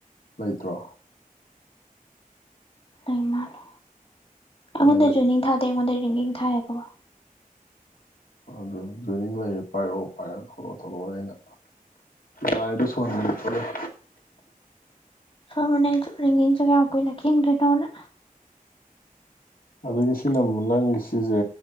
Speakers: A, on the left; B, on the left.
A: ꯂꯩꯇ꯭ꯔꯣ
B: ꯂꯩ ꯃꯥꯜꯂꯦ ꯑꯩꯉꯣꯟꯗ
A: ꯂꯩ
B: ꯖꯣꯏꯅꯤꯡ ꯊꯥꯗꯦ ꯑꯩꯉꯣꯟꯗ ꯔꯤꯡꯒꯤꯡ ꯊꯥꯏꯌꯦꯕꯀꯣ
A: ꯑꯗꯨ ꯖꯣꯏꯅꯤꯡ ꯂꯩꯔ ꯄꯥꯏꯔꯛꯑꯣ ꯄꯥꯏꯔꯑꯣ ꯊꯂꯛꯑꯣ ꯊꯂꯛꯑꯣ ꯑꯩꯅ ꯂꯥꯏꯗꯣ ꯁꯣꯟꯕꯅ ꯊꯣꯂꯛ
B: ꯈꯪꯉꯣ ꯅꯪꯁꯨ ꯔꯤꯡꯒꯤꯡꯗꯣ ꯀꯌꯥꯝ ꯀꯨꯏꯅ ꯈꯤꯡꯗꯣꯏꯅꯣꯅ
A: ꯑꯗꯒꯤ ꯁꯤꯅꯃꯨꯝ ꯅꯪꯒꯤ ꯁꯤꯁꯦ